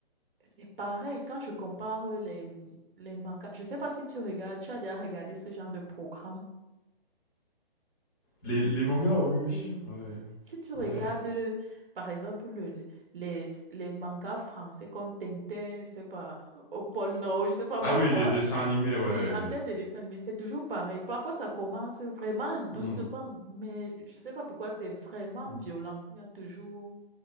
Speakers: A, on the right; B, on the left.
A: c'est pareil, quand je compare les, les mangas, je sais pas si tu regardes, tu as déjà regardé ce genre de programme.
B: Les, les mangas, oh oui,
A: Oui.
B: oui. Ouais, ouais,
A: Si si tu regardes,
B: ouais.
A: euh, par exemple, le- le- les, les mangas français comme Tintin, je sais pas, <laughs> au pôle Nord, je sais pas
B: Ah
A: moi
B: oui,
A: quoi.
B: les dessins animés, ouais.
A: Oui, en termes de dessin animé, c'est toujours pareil. Parfois, ça commence vraiment doucement,
B: ouais, ouais.
A: mais je sais pas pourquoi c'est vraiment
B: Hmm.
A: violent. Il y a toujours.